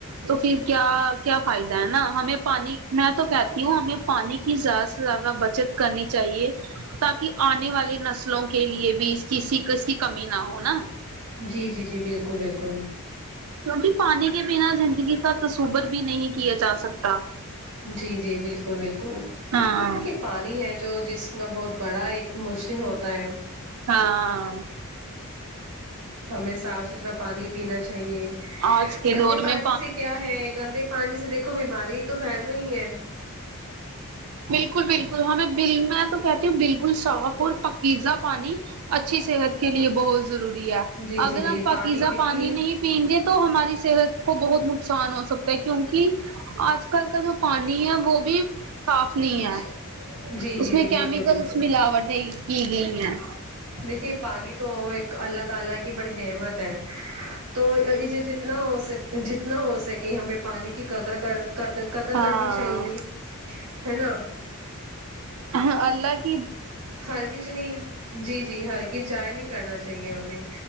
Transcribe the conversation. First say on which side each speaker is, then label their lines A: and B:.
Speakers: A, on the right; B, on the right.
A: تو پھر کیا کیا فائدہ ہے نا ہمیں پانی میں تو کہتی ہوں ہمیں پانی کی زیادہ سے زیادہ بچت کرنی چاہیے تاکہ آنے والے نسلوں کے لیے بھی اس کسی ک کی کمی نہ ہو نا
B: جی جی جی بالکل بالکل
A: کیونکہ پانی کے بنا زندگی کا تصور بھی نہیں کیا جا سکتا
B: جی جی بالکل بالکل
A: ہاں
B: دیکھیے پان نی ہے جو جسم کا بہت بڑا ایک مسلم ہوتا ہے
A: ہاں
B: ہمیں صاف ستھرا پانی پینا چاہیے
A: آج کے
B: گندے
A: دور
B: پانی
A: میں
B: سے کیا ہے گندے پانی سے دیکھو بیماری تو پھیل رہی ہیں
A: بالکل بالکل ہمیں بل میں تو کہتی ہوں بالکل صاف اور پکیزا پانی اچھی صحت کے لیے بہت ضروری ہے
B: جی
A: اگر
B: جی جی
A: ہم پاکیزہ
B: دیکھیے
A: پانی نہیں پئیں گے تو ہماری صحت کو بہت نقصان ہو سکتا ہے کیونکہ آج کل کا جو پانی ہے وہ بھی صاف نہیں
B: اچھا
A: ہے
B: جی جی
A: اس
B: جی
A: میں کیمیکلس
B: بالکل بالکل
A: ملاوٹیں کی گئی ہیں
B: دیکھیے پانی تو ایک اللہ تعالی کی بڑی نعمت ہے تو اسے جتنا ہو س جتنا ہو سکے ہمیں پانی کی قدر کر قدر
A: ہاں
B: کرنی چاہیے ہے نا
A: ہاں اللہ ک
B: ہر کسی نے جی جی ہر گز ضائع نہیں کرنا چاہیے ہمیں